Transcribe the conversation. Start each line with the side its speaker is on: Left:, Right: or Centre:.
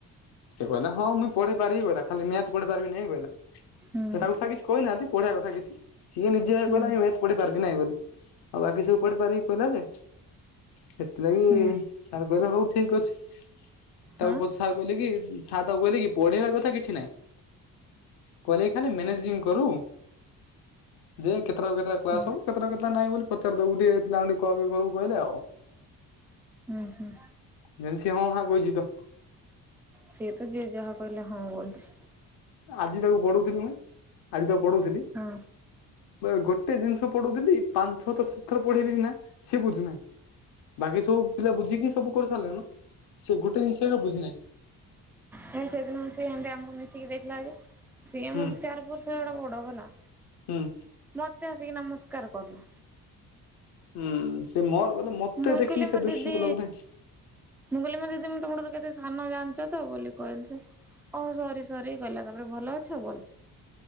Left: ସେ କହିଲା ହଁ ମୁଇଁ ପଢେଇ ପାରିବି ପରା। ଖାଲି ମ୳୲ଥ ପଢେଇ ପାରିବି ନାହିଁ କହିଲା।
Centre: ହୁଁ
Left: ସେ ତାକୁଥା କିଛି କହିନାହାନ୍ତି ପଢିବା କଥା କିଛି ସିଏ ନିଜେ
Centre: ହୁଁ
Left: କହିଲା ପଢ଼ିପାର କିି ନାଇଁ ବୋଲି ଆଉ ବାକି ସବୁ ପଢ଼ିପାରିବି କହିଲା ଯେ। ସେଥିଲାଗି
Centre: ହୁଁ
Left: ସାର କହିଲେ ହଉ ଠିକ ଅଛି। ତାକୁ
Centre: ହଁ
Left: ଉ ସାର୍ କହିଲେ କି ସାର ତାକୁ କହିଲେ କି ପଢିବା କଥା କିଛି ନାହିଁ। କହିଲେ କି ଖାଲି ମ୍ୟାନେଜିଙ୍ଗ କରୁ। ଯେ କେତେଟା ରୁ କେତେଟା କାଲାସ
Centre: ହୁଁ
Left: ହବ କେତେଟା ରୁ କେତେଟା ନାହିଁ ବୋଲି ପଚାରି ଦବୁ ଟିକେ ପିଲା ମାନଙ୍କୁ କଲ କରିବୁ କହିଲେ ଆଉ।
Centre: ଉଁ ହୁଁ।
Left: ଯେମିତି ସିଏ ହଁ ହାଁ କହିଛି ତ।
Centre: ସିଏ ତ ଯିଏ ଯାହା କହିଲେ ହଁ ମାରୁଛି।
Left: ଆଜି ତାକୁ ପଢଉଥିଲି ମୁଁ ଆଜି ତାକୁ ପଢଉଥିଲି।
Centre: ହଁ
Left: ହୁଁ। ଗୋଟେ ଜିନିଷ ପଢଉଥିଲି ପାଞ୍ଚ ଛଥର ସାତ ଥର ପଢେଇଲି ସିନା ସିଏ ବୁଝୁନାହିଁ। ବାକି ସବୁ ପିଲା ବୁଝିକି ସବୁ କରି ସାରିଲେଣି ନା। ସେ ଗୋଟେ ଜିନିଷ ଏକା ବୁଝି ନାହିଁ।
Centre: ସିଏ ସେଦିନ ସିଏ ଏମିତି ଆମକୁ ମିଶିକି ଦେଖିଲା ଯେ? ସିଏ
Left: ହୁଁ
Centre: ଆମର ଚାରି ବର୍ଷ ଏଡା ବଡ ହେଲା।
Left: ହୁଁ
Centre: ମତେ ଆସିକି ନମସ୍କାର କଲା।
Left: ହୁଁ, ସେ ମୋର ବୋଲେ ମତେ
Centre: ମୁଇଁ
Left: ଦେଖିକି
Centre: କହିଲି ମୋ
Left: ସେ ଦୃଷ୍ଟିରୁ
Centre: ଦିଦି,
Left: କଲା ବୋଧେ
Centre: ମୁଁ କହିଲି ମୋ ଦିଦି। ମ <unintelligible> ତମର କେତେ ସାନ ଜାଣିଛ ତ, ବୋଲି କହିଲି ଯେ ଓହ ସରି ସରି ଗଲା, ତାପରେ ଭଲ ଅଛ, ଆଉ ଭଲଛି